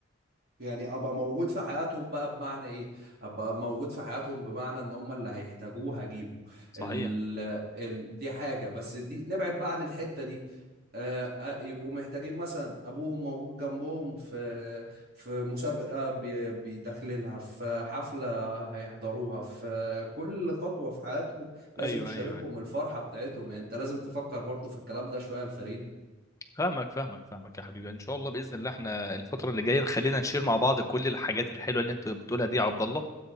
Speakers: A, on the right; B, on the left.
A: يعني ابقى موجود في حياتهم بقى بمعنى ايه ابقى موجود في حياتهم بمعنى ان هم اللي هيحتاجوه هجيبه
B: صحيح
A: ال... ال... دي حاجة بس دي نبعد بقى عن الحتة دي آه، آه، يبقوا محتاجين مثلا ابوهم موجود جنبهم في في مسابقة بي- بيدخلينها في حفلة هيحضروها في كل خطوة في حياتهم لازم
B: أيوه
A: تشاركهم
B: أيوه أيوه.
A: الفرحة بتاعتهم يعني انت لازم تفكر برضو في الكلام ده شوية الفريد
B: فاهمك فاهمك فاهمك يا حبيبي ان شاء الله باذن الله احنا الفتره اللي جايه خلينا نشير مع بعض كل الحاجات الحلوه اللي انت بتقولها دي يا عبد الله